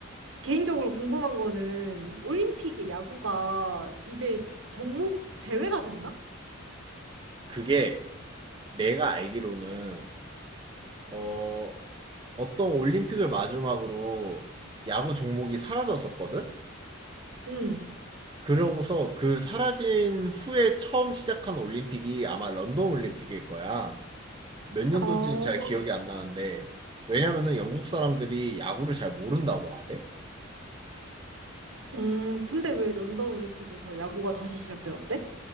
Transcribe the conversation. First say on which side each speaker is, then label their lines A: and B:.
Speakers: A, on the right; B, on the right.
A: 개인적으로 궁금한 거는 올림픽에 야구가 이제 종목 제외가 됐나?
B: 그게 내가 알기로는, 어, 어떤 올림픽을 마지막으로 야구 종목이 사라졌었거든?
A: 응.
B: 그러고서 그 사라진 후에 처음 시작한 올림픽이 아마 런던 올림픽일 거야. 몇 년도인지는
A: 아...
B: 잘 기억이 안 나는데, 왜냐면은 영국 사람들이 야구를 잘 모른다고 하대?
A: 음, 근데 왜 런던 올림픽에서 야구가 다시 시작되었대?